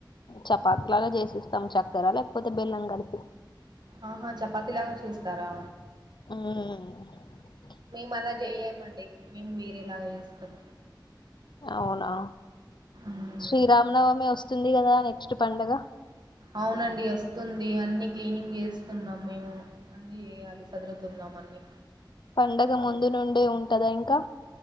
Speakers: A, on the left; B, on the right.
A: చపాతి లాగా చేసిస్తాం చక్కెర లేకపోతే బెల్లం కలిపి
B: ఆహా చపాతి లాగా చేస్తారా
A: హుమ్
B: మేము అలా చేయమండి మేము వేరేలాగా చేస్తాం
A: అవునా
B: మ్,
A: శ్రీరామనవమి వస్తుంది కదా నెక్స్ట్ పండుగ
B: అవునండి వస్తుంది అన్ని క్లీనింగ్ చేస్తున్నాం మేము అన్ని చేయాలి సదురూతున్నాం అన్నీ
A: పండగ ముందు నుండే ఉంటదా ఇంకా